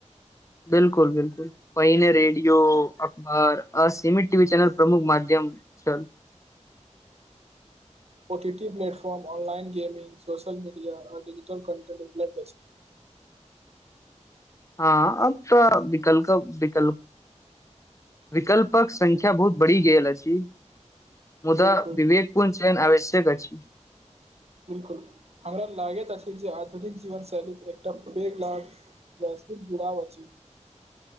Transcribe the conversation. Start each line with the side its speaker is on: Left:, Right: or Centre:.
Left: बिल्कुल बिल्कुल बिल्कुल पहिने रेडियो आओर असीमित टीवी चैनल प्रमुख माध्यम छल।
Right: OTT platform online gaming social media आ डजिटल कन्टेट उपलब्ध अईछ।
Left: हँ अब <unintelligible> विकल्प विकल्। प विकल्पक संख्या बहुत बढ़ी गेल अछि। मुदा
Right: बिल्कुल
Left: विवेकपुन चैन आ- शेक अछि
Right: बिल्कुल हमरा लागैत अछि जे आधुनिक जीवन शैलीक एकटा पेघ लाभ वैश्विक जुड़ाव अछि